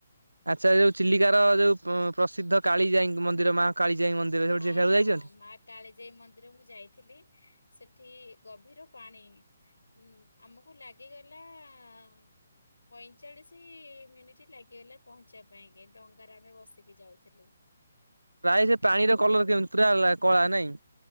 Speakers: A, on the right; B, on the left.
A: ଆଚ୍ଛା! ଯୋଉ ଚିଲିକାର ଯୋଉ ପ୍ରସିଦ୍ଧ କାଳିଜାଇୀ ମନ୍ଦିର ମା କାଳିଜାଇୀ ମନ୍ଦିର ସେଠୁ
B: ହଁ
A: ସେଠାକୁ ଯାଇଛନ୍ତି।
B: ମା କାଳିଜାଇ ମନ୍ଦିର ମୁ ଯାଇଥିଲି। ସେଠି ଗଭୀର ପାଣି। ହୁଁ ଆମକୁ ଲାଗିଗଲା- ପଇଁଚାଳିଶ ମିନିଟ୍ ଲାଗିଗଲା ପହଞ୍ଚିବା ପାଇଁକି ଡଙ୍ଗାରେ ଆମେ ବସିକି ଯାଉଥିଲୁ।
A: ପ୍ରାୟ
B: ସେଠି
A: ସେ ପାଣିର
B: ବହୁତ
A: କଲର କେମତି ପୁରା ହେଲା କଳା ନାଇଁ।